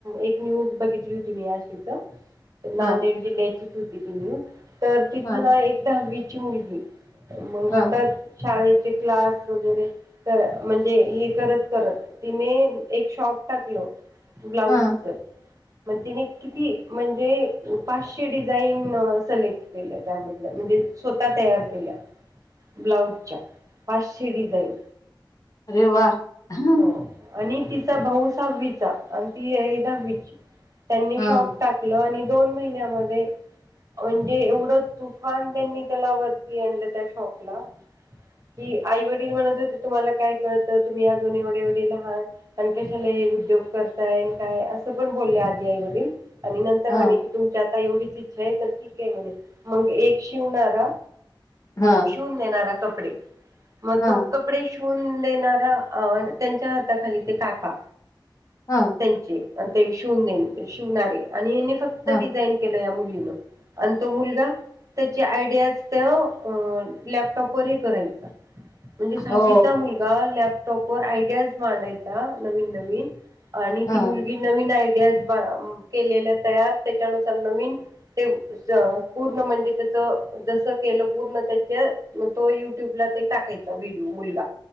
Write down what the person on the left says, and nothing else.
हां
हां
हां
हां
अरे वा. हां
हां
हां
हां
हां
हा.
हां
हो
हां